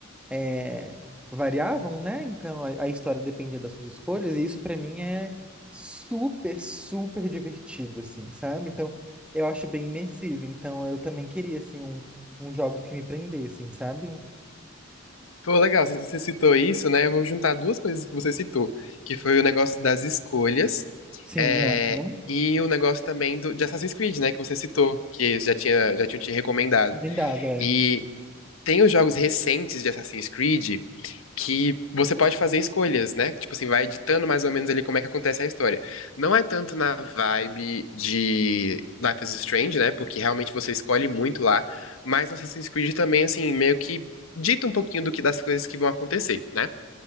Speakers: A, in the centre; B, on the left.
A: é, variavam, né? Então a, a história dependia das suas escolhas, e isso pra mim é super, super divertido, assim, sabe? Então eu acho bem imersivo. Então eu também queria, assim, um, uns jogos que me prendessem, sabe?
B: Pô, legal, você você citou isso, né? Eu vou juntar duas coisas que você citou, que foi o negócio das escolhas,
A: Sim,
B: é,
A: amo.
B: e o negócio também do, de Assassin's Creed, né? Que você citou, que eles já tinha, já tinham te recomendado.
A: Recomendado, é.
B: E tem os jogos recentes de Assassin's Creed, que você pode fazer escolhas, né? Tipo assim, vai editando mais ou menos ali como é que acontece a história. Não é tanto na vibe de Life is Strange, né? Porque realmente você escolhe muito lá, mas no Assassin's Creed também, assim, meio que dita um pouquinho do que das coisas que vão acontecer, né?